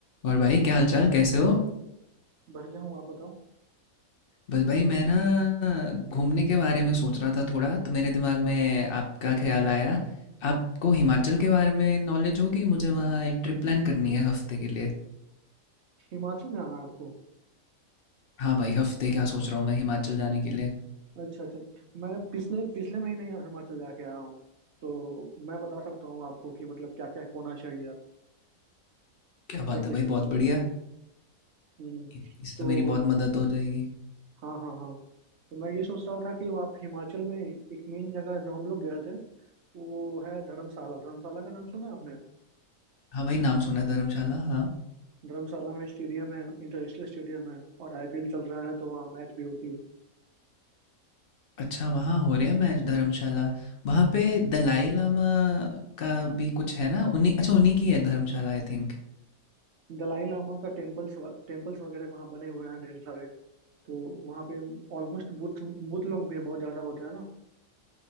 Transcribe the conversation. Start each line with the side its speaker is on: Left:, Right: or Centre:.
Left: और भाई क्या हाल चाल कैसे हो
Right: बढ़िया हूँ आप बताओ
Left: बस भाई मैं ना घूमने के बारे में सोच रहा था थोड़ा तो मेरे दिमाग में आपका ख्याल आया आपको हिमाचल के बारे में नॉलेज होगी मुझे वहाँ एक ट्रिप प्लान करनी है हफ्ते के लिए
Right: हिमाचल जाना है आपको
Left: हाँ भाई हफ्ते क्या सोच रहा हूँ मैं हिमाचल जाने के लिए
Right: अच्छा अच्छा मैं पिछले पिछले महीने ही हिमाचल जाके आया हूँ तो मैं बता सकता हूँ आपको कि मतलब क्या क्या होना चाहिए आपके
Left: क्या बात
Right: चेक
Left: है
Right: लिस्ट
Left: भाई
Right: में
Left: बहुत बढ़िया
Right: हम्म,
Left: इ- इससे
Right: तो
Left: तो मेरी बहुत मदद हो जाएगी
Right: हाँ हाँ हाँ तो मैं ये सोच रहा था कि आप हिमाचल में एक मेन जगह जो हम लोग गए थे वो है धर्मशाला धर्मशाला का नाम सुना आपने
Left: हाँ भाई नाम सुना है धर्मशाला हाँ
Right: धर्मशाला में स्टेडियम है इंटरनेशनल स्टेडियम है और आईपीएल चल रहा है तो वहाँ मैच भी होती है
Left: अच्छा वहाँ हो रहे हैं मैच धर्मशाला वहाँ पे दलाई लामा का भी कुछ है ना उन्हीं अच्छा उन्हीं की है धर्मशाला आई थिंक
Right: दलाई लामा का टेम्पल्स टेम्पल्स वगैरह वहाँ बने हुए हैं ढेर सारे तो वहाँ पे ऑलमोस्ट बुद्ध बुद्ध लोग भी बहुत ज्यादा होते हैं ना